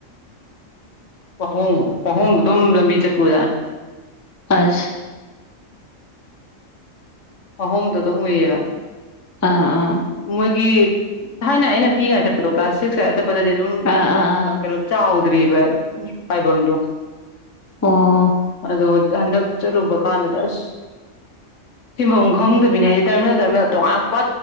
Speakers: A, on the left (about 65°); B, on the left (about 15°).
A: ꯑꯍꯣꯡꯥꯍꯣꯡ ꯑꯗꯨꯝ ꯂꯝꯕꯤ ꯆꯦ ꯄꯨꯖꯥ
B: ꯑꯁ
A: ꯑꯍꯣꯡꯗ ꯑꯗꯨꯝ ꯎꯏꯌꯦꯔ
B: ꯑꯥ ꯑꯥ
A: ꯃꯒꯤ ꯍꯥꯏꯅ ꯑꯩꯅ ꯄꯤꯉꯥꯏ ꯆꯠꯄꯗꯣ ꯀ꯭ꯂ꯭ꯂꯥꯁꯇꯤꯛꯁ ꯄ ꯃꯇꯨꯡꯏꯟꯅ
B: ꯑꯥ ꯑꯥ ꯑꯥ
A: ꯀꯩꯅꯣ ꯆꯥ ꯗꯔꯤꯕ ꯄꯥꯏꯕꯝꯗꯣ
B: ꯑꯥ
A: ꯑꯗꯣ ꯍꯟꯗꯛ ꯆꯠꯂꯨꯕ ꯀꯥꯟꯗꯗꯤ ꯑꯁ ꯊꯤꯟꯐꯝ ꯈꯪꯗꯕꯤꯅꯤ ꯍꯥꯏꯗꯤ ꯇꯔꯃꯤꯅꯦꯜ ꯇꯔꯃꯤꯜ ꯇꯣꯉꯄ